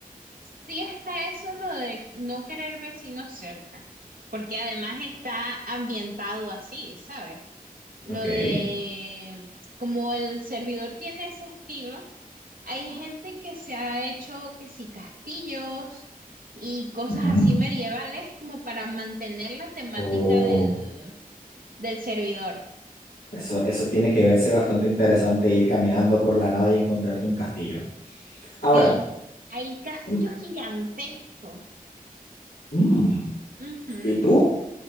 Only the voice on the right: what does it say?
Sí está eso lo de no querer vecinos cerca, porque además está ambientado así, ¿sabes? Lo
de como el servidor tiene ese estilo, hay gente que se ha hecho que sí castillos y cosas
así medievales como para mantener la temática
del, del servidor.
Sí,
hay castillos
gigantescos.
Ujú.